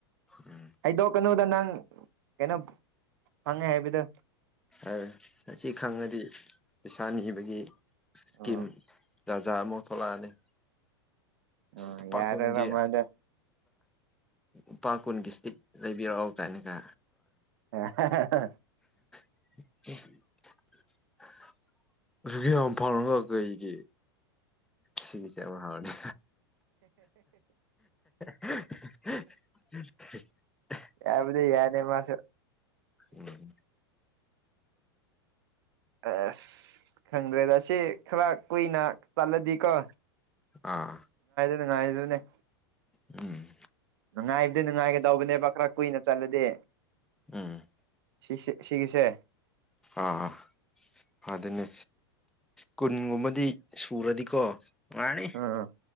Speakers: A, in the centre; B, on the right.
A: ꯎꯝ
B: ꯍꯥꯏꯗꯣꯛꯀꯅꯨꯗ ꯅꯪ ꯀꯩꯅꯣ ꯐꯪꯉꯦ ꯍꯥꯏꯕꯗꯣ
A: ꯍꯥꯏ ꯑꯁꯤ ꯈꯪꯉꯗꯤ ꯄꯩꯁꯥ ꯅꯤꯕꯒꯤ ꯏꯁꯀꯤꯝ
B: ꯑꯣ
A: ꯖꯥꯖꯥꯠ ꯑꯃꯨꯛ ꯊꯣꯛꯂꯛꯑꯅꯤ
B: ꯑꯣ
A: ꯂꯨꯄ
B: ꯌꯥꯔꯣꯏꯕ
A: ꯀꯨꯟꯒꯤ
B: ꯃꯥꯗꯣ
A: ꯂꯨꯄꯥ ꯀꯨꯟꯒꯤ ꯏꯁꯇꯤꯠ ꯂꯩꯕꯤꯔꯛꯑꯣ ꯀꯥꯢꯅꯒ
B: ꯍꯍꯍ
A: <inaudible> <unintelligible> ꯌꯥꯝ ꯐꯉꯒ ꯀꯩꯒꯤ ꯁꯤꯒꯤꯁꯦ ꯌꯥꯝ ꯍꯥꯎꯔꯅꯤ <unintelligible>
B: ꯌꯥꯕꯗꯤ ꯌꯥꯅꯦ ꯃꯥꯁꯨ
A: ꯎꯝ
B: ꯑꯁ ꯈꯪꯗ꯭ꯔꯦꯗ ꯁꯤ ꯈꯔ ꯀꯨꯏꯅ ꯆꯠꯂꯗꯤꯀꯣ
A: ꯑꯥ
B: <unintelligible>
A: ꯎꯝ
B: ꯅꯨꯡꯉꯥꯏꯗꯤ ꯅꯨꯡꯉꯥꯏꯒꯗꯧꯕꯅꯦꯕ ꯈꯔ ꯀꯨꯏꯅ ꯆꯠꯂꯗꯤ
A: ꯎꯝ
B: ꯁꯤ ꯁꯤ ꯁꯤꯒꯤꯁꯦ
A: ꯑꯥ ꯑꯗꯨꯅꯦ ꯀꯨꯟꯒꯨꯝꯕꯗꯤ ꯁꯨꯔꯗꯤꯀꯣ ꯅꯨꯡꯉꯥꯏꯔꯅꯤ
B: ꯑꯥ ꯑ